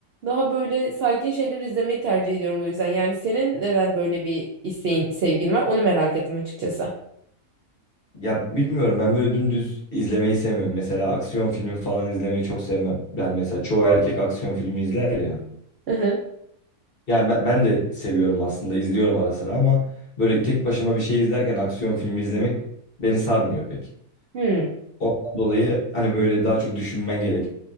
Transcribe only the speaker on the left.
Ya bilmiyorum ben böyle dümdüz izlemeyi sevmiyorum. Mesela aksiyon filmi falan izlemeyi çok sevmem. Yani mesela çoğu erkek aksiyon filmi izler ya.
Yani ben, ben de seviyorum aslında izliyorum ara sıra ama böyle tek başıma bir şey izlerken aksiyon filmi izlemek beni sarmıyor pek.
Ondan dolayı hani böyle daha çok düşünmen gerek